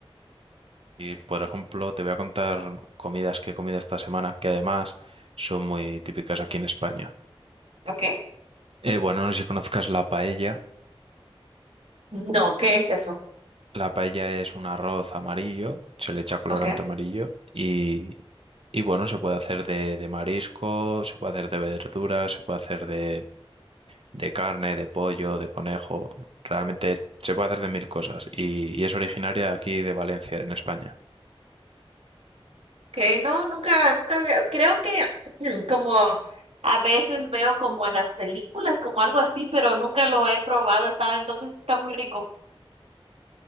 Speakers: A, on the right; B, on the right.
A: Y, por ejemplo, te voy a contar comidas que he comido esta semana, que además son muy típicas aquí en España.
B: ¿Ok?
A: Eh, bueno, no sé si conozcas la paella.
B: No, ¿qué es eso?
A: La paella es un arroz amarillo, se le echa colorante
B: ¿Ok?
A: amarillo y, y bueno, se puede hacer de, de marisco, se puede hacer de verduras, se puede hacer de, de carne, de pollo, de conejo. Realmente se puede hacer de mil cosas y, y es originaria de aquí de Valencia, en España.
B: Que no, nunca, nunca había- creo que <clears throat> como a veces veo como en las películas, como algo así, pero nunca lo he probado. Está, entonces está muy rico.